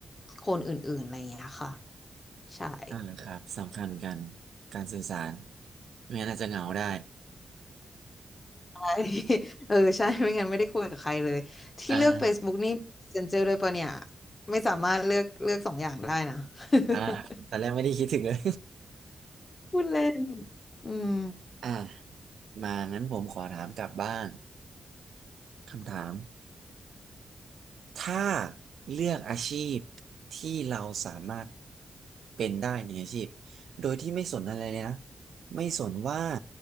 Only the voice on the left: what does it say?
คนอื่นๆอะไรอย่างเงี้ยค่ะใช่
ใช่ <laughs> เออใช่ไม่งั้นไม่ได้คุยกับใครเลยที่เลือก
Facebook นี่ Messenger ด้วยปะเนี่ยไม่สามารถเลือกเลือกสองอย่างได้นะ <laughs>
พูดเล่นอืม